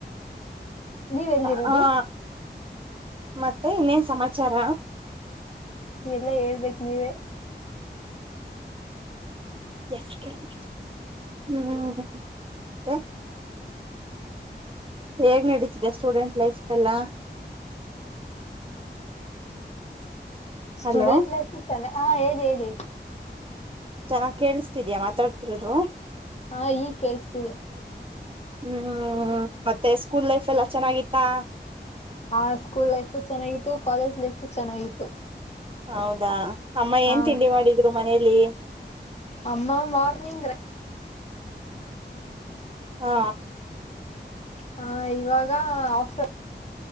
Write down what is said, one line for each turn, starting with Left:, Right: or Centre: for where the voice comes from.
Left: ನೀವ್ ಎಲ್ಲಿರೋದು
Right: ಹಾ ಮತ್ತೆ ಇನ್ನೇನ್ ಸಮಾಚಾರ
Left: ಎಲ್ಲಾ ಹೇಳ್ಬೇಕ ನೀವೇ
Right: ಹ್ಮ್ ಹೇಗ್ ನಡೀತಿದೆ ಸ್ಟೂಡೆಂಟ್ ಲೈಫ್ ಎಲ್ಲ
Left: ಸ್ಟೂಡೆಂಟ್
Right: ಹಲೋ
Left: ಲೈಫ್ ಇತ್ತಲ್ಲ ಹಾ ಓದು ಓದು
Right: ಚೆನ್ನಾಗ್ ಕೇಳಿಸುತಿದಿಯ ಮಾತಾಡ್ತಿರೋದು
Left: ಹಾ ಈ ಕೇೇಳಸ್ತಿದೆ
Right: ಹ್ಮ್ ಮತ್ತೆ ಸ್ಕೂಲ್ ಲೈಫ್ ಎಲ್ಲ ಚೆನ್ನಾಗಿತ್ತಾ
Left: ಹಾ ಸ್ಕೂಲ್ ಲೈಫು ಚೆನ್ನಾಗಿತ್ತು ಕಾಲೇಜ್ ಲೈಫು ಚೆನ್ನಾಗಿತ್ತು
Right: ಹೌದಾ ಅಮ್ಮ
Left: ಹಾ
Right: ಏನ್ ತಿಂಡಿ ಮಾಡಿದ್ರು ಮನೇೆಲ್ಲಿ
Left: ಅಮ್ಮ ಮಾರ್ನಿಂಗ್.
Right: ಹಾ.
Left: ಹಾ ಇವಾಗ ಆಫ.